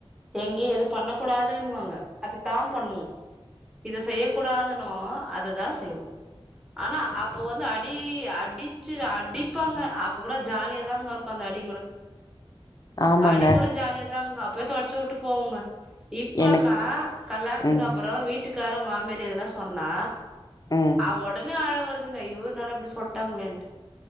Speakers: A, in the centre; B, on the left (about 40°).
A: எங்கையு எதுவு பண்ண கூடாதுன்னுவாங்க அதத்தா பண்ணுவோ இத செய்ய கூடாதுன்னுவோ அததா செய்வோ ஆனா அப்போ வந்து அடி அட் அடிச்சி அடிப்பாங்க அப்ப கூட ஜாலியாதாங்க இருக்கு அந்த அடி கூட
B: ஆமாங்க
A: அடி கூட ஜாலியாதாங்க அப்பேயே தொடச்சி விட்டு போவோங்க இப்பல்லா
B: எனக்கு
A: கல்யாண்துக்கு
B: ம்
A: அப்புறோ வீட்டுக்காரோ மாமியார் எதுனா சொன்னா
B: ம்
A: ஆ உடனே அழ வருதுங்க ஐயோ என்னட இப்டி சொல்லிட்டாங்களேன்டு